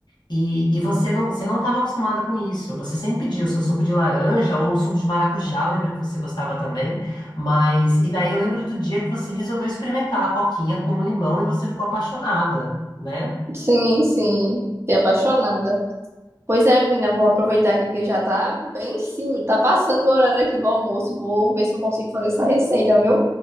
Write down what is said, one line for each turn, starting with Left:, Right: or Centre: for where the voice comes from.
Left: E, e você não, você não estava acostumada com isso. Você sempre pedia o seu suco de laranja ou um suco de maracujá, eu lembro que você gostava também. Mas, e daí eu lembro do dia que você resolveu experimentar a coquinha com limão e você ficou apaixonada, né?
Right: Sim, sim. Fiquei apaixonada. Pois é, menina, vou aproveitar aqui que já tá bem em cima, tá passando o horário aqui do almoço e vou ver se eu consigo fazer essa receita, viu?